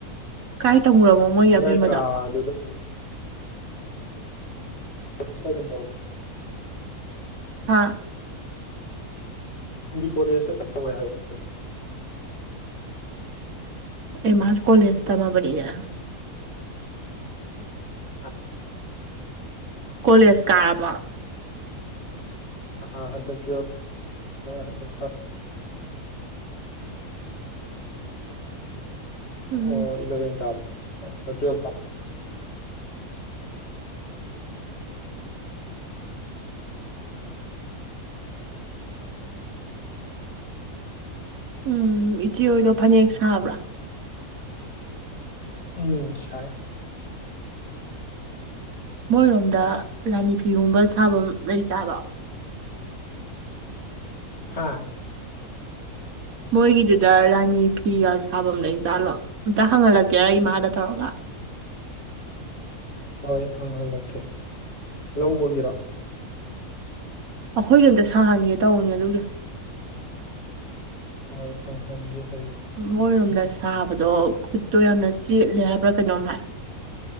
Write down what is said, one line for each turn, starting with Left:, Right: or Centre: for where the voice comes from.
Right: ꯀꯥꯏ ꯇꯝꯃꯨꯔꯃꯣ ꯃꯣꯏꯒꯤ
Left: ꯑꯗꯨ
Right: ꯑꯕꯦꯝꯃꯗꯣ
Left: ꯃꯏ ꯀ ꯑꯗꯨ ꯀ ꯑꯗꯨꯝ ꯇ
Right: ꯍꯥꯥ
Left: ꯕꯤ ꯀꯣꯂꯦꯖꯇ ꯍꯧꯋꯦ ꯍꯥꯏꯕ
Right: ꯑꯦ ꯃꯥꯁꯨ ꯀꯣꯂꯦꯁꯇꯝꯃꯕ ꯅꯤꯅꯦ
Left: ꯍꯥꯏꯕ
Right: ꯀꯣꯂꯦꯖ ꯀꯥꯔꯕꯣ
Left: ꯑꯥ ꯍꯟꯗꯛ ꯇꯨꯋ꯭ꯂꯦꯞ <unintelligible>
Right: ꯎꯝ
Left: ꯑꯣ ꯏꯂꯥꯕꯦꯟ ꯀꯥꯕ ꯁ ꯇꯨꯋ꯭ꯂꯦꯞ <unintelligible>
Right: ꯎꯝ ꯏꯆꯦ ꯍꯣꯏꯗꯣ ꯐꯅꯦꯛ ꯁꯥꯕ꯭ꯔꯥ
Left: ꯎꯝ ꯁꯥꯏ
Right: ꯃꯣꯏꯔꯣꯝꯗ ꯔꯥꯅꯤ ꯐꯤꯒꯨꯝꯕ ꯁꯥꯕꯝ ꯂꯩꯖꯥꯠꯂꯣ
Left: ꯍꯥꯥ
Right: ꯃꯣꯏꯒꯤꯗꯨꯗ ꯔꯥꯅꯤ ꯐꯤꯒ ꯁꯥꯐꯝ ꯂꯩ ꯏꯖꯥꯠꯂꯣ ꯑꯝꯇ ꯍꯪꯍꯜꯂꯛꯀꯦꯔ ꯏꯃꯥꯗ ꯇꯧꯔꯒ
Left: ꯍꯣꯏ ꯍꯪꯍꯜꯂꯛꯀꯦ ꯂꯧꯕꯒꯤꯔꯣ
Right: ꯑꯈꯣꯏꯒꯤ ꯑꯝꯇ ꯁꯥꯍꯟꯒꯦ ꯇꯧꯅꯦ ꯑꯗꯨꯒꯤ
Left: ꯍꯣꯏ ꯍꯪꯍꯟꯒꯦ ꯍꯌꯦꯡ
Right: ꯃꯣꯏꯔꯣꯝꯗ ꯁꯥꯕꯗꯣ ꯈꯨꯠꯇꯣ ꯌꯥꯝꯅ ꯆꯦꯠꯂꯦ ꯍꯥꯏꯕ꯭ꯔꯥ ꯀꯩꯅꯣꯝ ꯍꯥꯏ